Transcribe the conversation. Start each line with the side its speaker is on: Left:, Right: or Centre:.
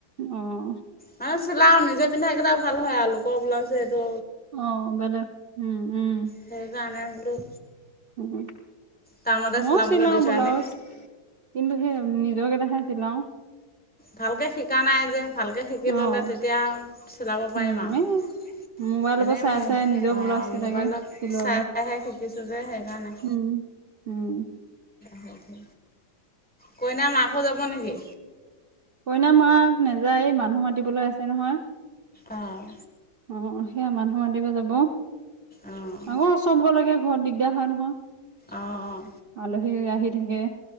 Right: অহ।
Centre: মানে চিলাওঁ নিজেই পিন্ধাকেইটা ভাল হয় আৰু লোকৰ ব্লাউজযে এইটো
Right: অ বেলেগ উম উম।
Centre: সেইকাৰণে বোলো
Right: উম।
Centre: টাউনতে
Right: ময়ো
Centre: চিলাবলৈ
Right: চিলাও
Centre: দি থৈ
Right: ব্লাউজ
Centre: আহিম
Right: কিন্তু সেই নিজৰ কেইটাহে চিলাও।
Centre: ভালকে শিকা নাই যে। ভালকে শিকি
Right: অ'
Centre: ল'লে তেতিয়া আৰু চিলাব পাৰিম
Right: উম
Centre: আৰু
Right: এই মোবাইলৰ
Centre: এনেই
Right: পৰা চাই
Centre: মোৰ
Right: চাই নিজৰ
Centre: অ
Right: ব্লাউজ কেইটাকে
Centre: মোবাইলত
Right: চিলোৱা
Centre: চাই
Right: যায়।
Centre: পেলাই হে শিকিছোঁ যে সেইকাৰণে।
Right: উম। উম।
Centre: লাহেকে। কইনা মাকো যাব নেকি?
Right: কইনা মাক নাযায়, এই মানুহ মাতিবলৈ আছে নহয়।
Centre: অঁ
Right: অ অ সেয়া মানুহ মাতিব যাব।
Centre: অঁ
Right: আকৌ চব গলে গে ঘৰত দিগদাৰ হয় নহয়।
Centre: অঁ
Right: আলহী আহি থাকে।